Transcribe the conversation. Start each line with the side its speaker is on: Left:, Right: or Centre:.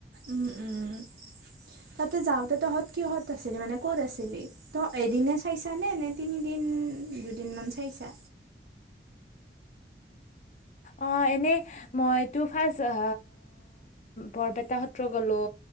Right: উম, উম তাতে যাওঁতে তহঁত কিহত আছিলি। মানে ক'ত আছিলি। তই এদিনে চাইছানে নে তিনিদিন দুদিন মান চাইছা।
Left: অ এনে মইতো ফ্ৰাঢ আ বৰপেটা সত্ৰ গলো।